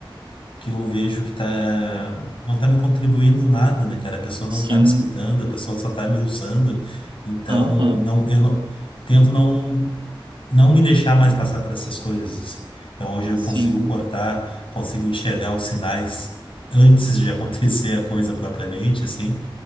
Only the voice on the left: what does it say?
que eu vejo que tá, não tá me contribuindo em nada, né, cara? A pessoa não
tá me escutando, a pessoa só tá me usando. Então,
não, eu não, tento não, não me deixar mais passar por essas coisas, assim. Então, hoje eu
consigo cortar, consigo enxergar os sinais antes de <laughs> acontecer a coisa propriamente, assim.